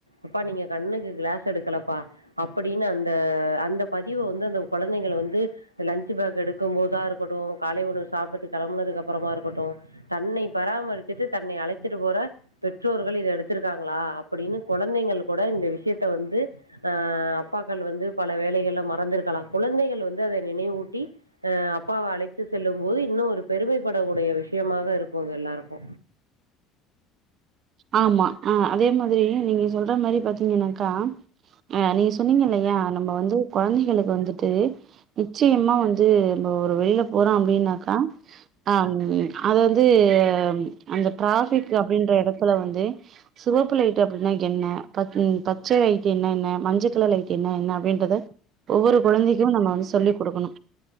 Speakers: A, on the right; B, on the right.
A: அப்பா நீங்க கண்ணுக்கு கிளாஸ் எடுக்கலப்பா அப்படினு அந்த அந்த பதிவ வந்து அந்த குழந்தைங்கள வந்து லன்ச் பேக் எடுக்கும் போதா இருக்கட்டு காலை உணவு சாப்பிட்டு கெளம்பனதுக்கு அப் ப்பறமா இருக்கட்டு தன்னை பராமரிச்சுட்டு தன்னை அழைத்துட்டு போற பெற்றோர்கள் இத எடுத்திருக்காங்களா அப்படின்னு கொழந்தைகள் கூட இந்த விஷ்யத்த வந்து ஆ அப்பாக்கள் வந்து பல வேலைகள்ல மறந்துருக்கலா குழந்தைகள் வந்து அத நினைவூட்டி அ அப்பாவ அழைத்து செல்லும் போது இன்னு ஒரு பெருமை படக்கூடிய விஷயமாக இருக்கு அது எல்லாருக்கு
B: ஆமா அ அதே மாதிரி நீங்க சொல்ற மாதிரி பாத்தீங்கன்னாக்கா அ நீங்க சொன்னீங்க இல்லையா நம்ம வந்து கொழந்தைகளுக்கு வந்துட்டு நிச்சயமா வந்து ம்ப ஒரு வெளியில போறோ அப்டின்னாக்கா அம் அது வந்து அந்த டிராஃபிக் அப்டின்ற எடத் தல வந்து சிவப்பு லைட்டு அப்டின்னா என்ன பச் பச்சை லைட்டு என்னென்ன மஞ்ச கலர் லைட் என்ன என்ன அப்டின்றத ஒவ்வொரு குழந்தைக்கு நம்ம வந்து சொல்லிக் குடுக்கணு